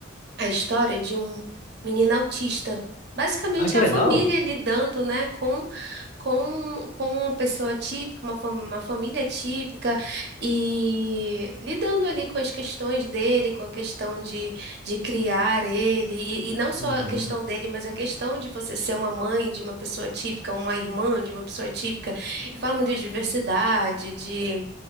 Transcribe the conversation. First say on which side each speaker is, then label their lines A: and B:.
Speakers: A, on the right; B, on the left.
A: a história de um menino autista. Basicamente
B: Ah, que
A: é
B: legal.
A: a família lidando, né, com, com uma pessoa típica, uma, fam- uma família típica, e lidando ali com as questões dele, com a questão de, de criar ele, e, e não só
B: Uhum.
A: a questão dele, mas a questão de você ser uma mãe de uma pessoa típica, uma irmã de uma pessoa típica, e fala muito de diversidade, de,